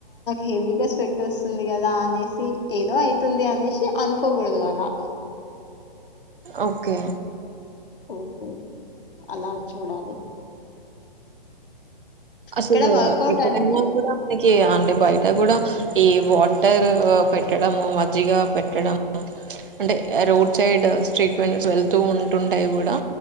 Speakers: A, on the left (about 65°); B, on the right (about 65°).
A: హెవీగా స్వెట్ వస్తుంది కదా అనేసి ఏదో అయితుంది అనేసి అనుకోకూడదు అలా
B: ఓకే
A: ఓకే అలా చూడాలి
B: అసలు
A: ఇక్కడ వర్కౌట్
B: ఇప్పుడైనా
A: అనేది
B: కూడా టైమ్ ఒకే అంటే బయట కూడా ఈ వాటర్ పెట్టడం మజ్జిగ పెట్టడం అంటే రోడ్ సైడ్ స్ట్రీట్మెంట్స్ వెళ్తూ ఉంటుంటాయి కూడా